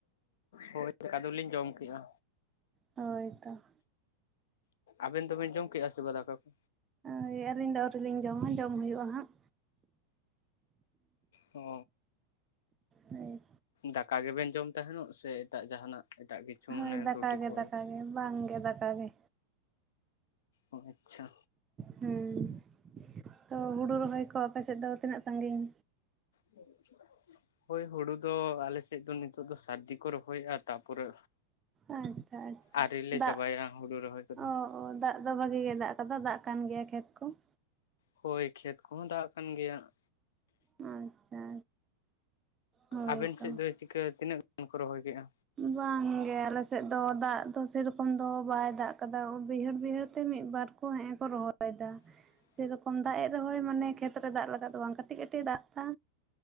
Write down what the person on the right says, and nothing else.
ᱦᱳᱭ ᱛᱚ᱾
ᱦᱳᱭ ᱟᱹᱞᱤᱧ ᱫᱚ ᱟᱹᱨᱤᱞᱤᱧ ᱡᱚᱢᱟ ᱡᱚᱢ, ᱦᱩᱭᱩᱜᱼᱟ ᱦᱟᱸᱜ᱾
ᱦᱳᱭ᱾
ᱦᱳᱭ
ᱫᱟᱠᱟ
ᱜᱮ
ᱫᱟᱠᱟ ᱜᱮ ᱵᱟᱝ ᱜᱮ ᱫᱟᱠᱟ ᱜᱮ
ᱦᱩᱸ᱾ ᱛᱚ ᱦᱩᱲᱩ ᱨᱚᱦᱚᱭ ᱠᱚ ᱟᱯᱮᱥᱮᱫ ᱫᱚ ᱛᱤᱱᱟᱹᱜ ᱥᱟᱺᱜᱤᱧ?
ᱟᱪᱪᱷᱟ ᱟᱪᱪᱷᱟ
ᱫᱟᱜ
ᱚ ᱚ ᱫᱟᱜ ᱫᱚ ᱵᱷᱟᱜᱤ ᱜᱮ ᱫᱟᱜ ᱟᱠᱟᱫᱟ ᱫᱟᱜ ᱠᱟᱱ ᱜᱮᱭᱟ ᱠᱷᱮᱛ ᱠᱚ ᱾
ᱟᱪᱪᱷᱟ᱾ ᱦᱳᱭ
ᱛᱚ
ᱵᱟᱝᱜᱮ ᱟᱞᱮᱥᱮᱫ ᱫᱚ ᱫᱟᱜ ᱫᱚ ᱥᱮᱨᱚᱠᱚᱢ ᱫᱚ ᱵᱟᱭ ᱫᱟᱜ ᱠᱟᱫᱟ ᱵᱟᱹᱭᱦᱟᱹᱲ ᱵᱟᱹᱭᱦᱟᱹᱲ ᱛᱮ ᱢᱤᱫ ᱵᱟᱨ ᱻᱻ ᱠᱩ ᱦᱮᱸᱜ-ᱮ ᱠᱚ ᱨᱚᱦᱚᱭᱮᱫᱟ
᱾ ᱥᱮᱨᱚᱠᱚᱢ ᱫᱟᱜ ᱮᱜ ᱨᱮ ᱩᱸᱻᱦᱚᱭ ᱢᱟᱱᱮ ᱠᱷᱮᱛᱨᱮ ᱫᱟᱜ ᱞᱟᱜᱟᱜ ᱫᱚ ᱵᱟᱝ ᱠᱟᱹᱴᱤᱡ ᱠᱟᱹᱴᱤᱡ ᱫᱟᱜ ᱫᱟ,